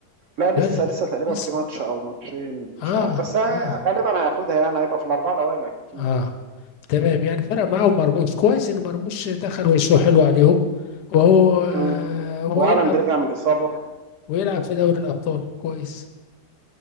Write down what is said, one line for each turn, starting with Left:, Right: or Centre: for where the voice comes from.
Right: لا لسه
Left: يلا،
Right: لسه تقريبا
Left: لسه
Right: في ماتش او ماتشين مش
Left: اه
Right: عارف بس ه-
Left: اه
Right: غالبا هياخدها يعني هيبقى في الاربعه الاوائل اكيد
Left: اه تمام يعني فرق معاهم مرموش كويس ان مرموش دخل وشه حلو عليهم وهو
Right: مم.
Left: هو
Right: وهالاند
Left: يلعب
Right: رجع من الاصابه
Left: ويلعب في دوري الابطال كويس